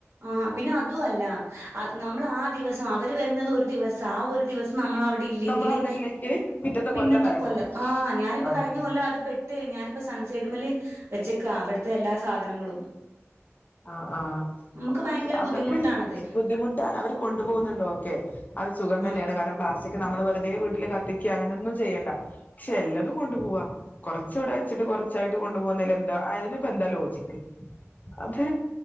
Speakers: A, on the right; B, on the left.
A: ആഹ് പിന്നെ അതുവല്ല അ നമ്മള് ആ ദിവസം അവര് വരുന്നത് ഒരു ദിവസാ ആ ഒരു ദിവസ് നമ്മളവിടെ ഇല്ലെങ്കില്
B: നമ്മൾ അവിടെ ഇല്ലെങ്കിൽ പിറ്റത്തെ
A: പിന്നത്തെ
B: വരണം
A: കൊല്ലം ആഹ് ഞാനിപ്പൊ
B: ആഹ്
A: കഴിഞ്ഞ കൊല്ലം അത് പെട്ട് ഞാനിപ്പം സൺസൈഡ്മേല് വെച്ചേക്കാ അവിടുത്തെ എല്ലാ സാധനങ്ങളും
B: ആഹ് ആഹ്
A: നമുക്ക് ഭയങ്കര
B: അതൊക്കെ
A: ബുദ്ധിമുട്ടാണത്
B: ബുദ്ധിമുട്ടാണ് അവര് കൊണ്ടുപോവുന്നുണ്ട് ഓക്കെ അത് സുഖം തന്നെയാണ്
A: ആ
B: കാരണം പ്ലാസ്റ്റിക് നമ്മള് വെറുതെ വീട്ടില് കത്തിക്ക അങ്ങനോന്നും ചെയ്യേണ്ട ക്ഷെല്ലാതും കൊണ്ടുപോവാ കൊറച്ച് ഇവിടെ വെച്ചിട്ട് കൊറച്ചായിട്ട് കൊണ്ടുപോകുന്നതിൽ എന്താ അതിലിപ്പോ എന്താ ലോജിക്ക്? അത്